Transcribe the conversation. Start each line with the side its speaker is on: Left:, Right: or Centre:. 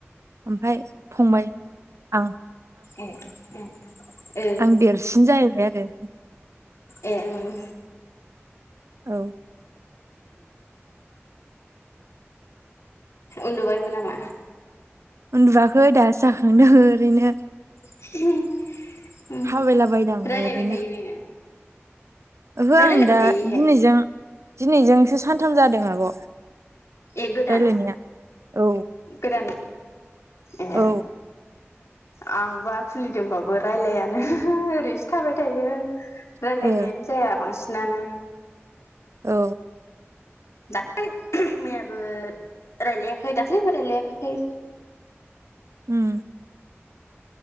Right: ओमफ्राय फंबाय आंं
Left: ए ए ओ
Right: आं देरसिन जाहैबाय आरो
Left: ए उम
Right: औ
Left: उन्दुबायबो नामा
Right: उन्दुआखै दा जाखांदों ओरैनो
Left: <inaudible> उम
Right: थाबायलाबायद आङो
Left: रायलायबाय
Right: ओरैनो
Left: थायो नोङो नों
Right: ओहो
Left: रायलायबाय
Right: आं दा
Left: थायो इहाय
Right: दिनैजों दिनैजोंसो सानथाम जादों आब'
Left: ए गोदान
Right: रायलायनाया औ
Left: गोदान ए
Right: औ
Left: आंबा खुलिदोंबाबो रायलायानो ओरैसो थाबाय थायो
Right: ओ
Left: रायलायनायानो जाया बांसिनानो
Right: औ
Left: दा मैयाबो रायजलायाखै दाख्लैबो रायलायाखै
Right: उम